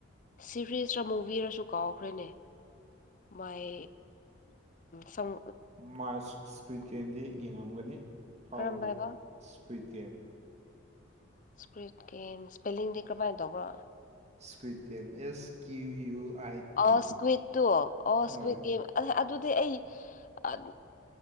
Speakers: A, on the left; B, on the right.
A: ꯁꯤꯔꯤꯁꯔꯥ ꯃꯨꯚꯤꯔꯁꯨ ꯀꯥꯎꯈ꯭ꯔꯦꯅꯦ ꯃꯥꯏ ꯁꯪ
B: ꯃꯥ <unintelligible> ꯒꯦꯝꯗꯤ ꯌꯦꯡꯉꯝꯒꯅꯤ ꯐꯥꯎꯕꯒꯤ
A: ꯀꯔꯝꯕ ꯍꯥꯏꯕ
B: ꯁ꯭ꯀꯨꯏꯠꯒꯦꯝ
A: ꯁꯀ꯭ꯔꯨꯠ ꯒꯦꯝꯁ ꯏꯁꯄꯦꯂꯤꯡꯗꯤ ꯀ꯭ꯔꯃꯥꯏ ꯇꯧꯕ꯭ꯔꯣ
B: squid game S Q U I T
A: ꯑꯣ ꯁꯀ꯭ꯋꯤꯠꯇꯣ ꯑꯣ
B: ꯍꯣꯏ
A: ꯁꯀ꯭ꯋꯤꯠ ꯒꯦꯝ ꯑ ꯑꯗꯨꯗꯤ ꯑꯩ ꯑ